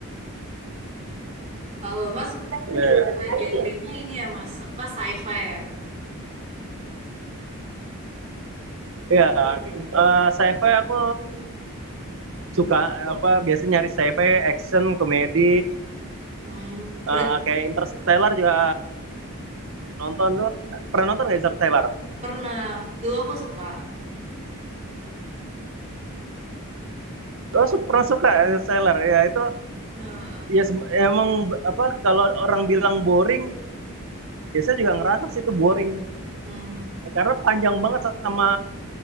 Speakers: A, on the right; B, on the right.
A: Kalau Mas berarti tadi
B: Iya,
A: apa genrenya ini ya Mas? Apa sci-fi ya?
B: Iya, eh sci-fi aku suka apa biasanya nyari sci-fi, action, komedi,
A: Hmm. Berarti
B: eh, kayak Interstellar juga Nonton tuh pernah nonton nggak Interstellar?
A: pernah. Dulu aku suka.
B: Oh, su- pernah suka Interstellar ya itu
A: Nah,
B: ya sem- emang b- apa kalau orang bilang boring, ya saya juga ngerasa sih itu boring
A: hmm.
B: karena panjang banget sama